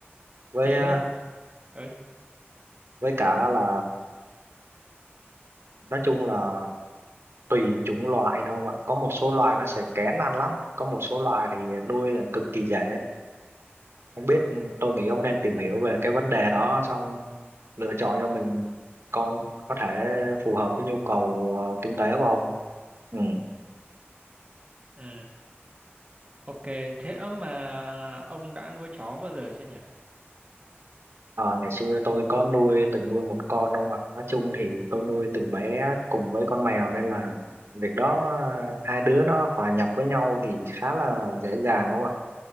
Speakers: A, on the right (about 75°); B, on the right (about 30°).
A: với
B: thế
A: ờ,
B: ấy. ơi
A: với cả là nói chung là tùy chủng loại nữa ông ạ có một số loài nó sẽ kén ăn lắm có một số loài thì nuôi lại cực kỳ dễ không biết tôi nghĩ ông nên tìm hiểu về cái vấn đề đó xong lựa chọn cho mình con có thể phù hợp với nhu cầu ờ, kinh tế của ông ừ.
B: ừ. ok thế ấm mà ông đã nuôi chó bao giờ chưa nhỉ
A: Ờ, ngày xưa tôi có nuôi từng nuôi một con ông ạ. Nói chung thì tôi nuôi từ bé cùng với con mèo nên là việc đó ờ, hai đứa nó hòa nhập với nhau thì khá là dễ dàng ông ạ.